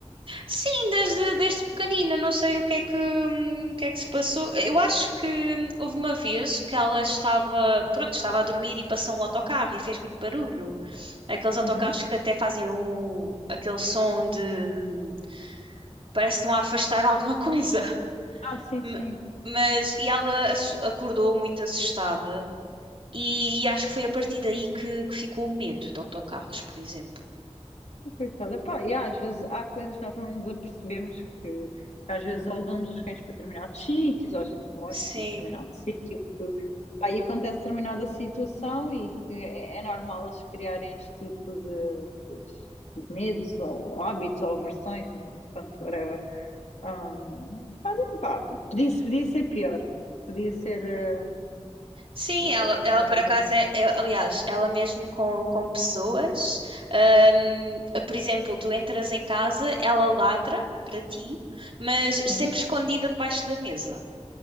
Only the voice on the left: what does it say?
Uhum.
Ah, sim,
sim.
Oh, Coitada. Pá, e às vezes há coisas que nós não nos apercebemos que às vezes ou levamos os cães para determinados sítios, ou a gente mora
num determinado sítio, que, pá, e acontece determinada situação e que é é normal eles criarem este tipo de, de medos ou hábitos ou aversões, ou, pronto, whatever. Hum, olha, pá, podia, podia ser pior. Podia ser eh,
a
história
dela.
Sim.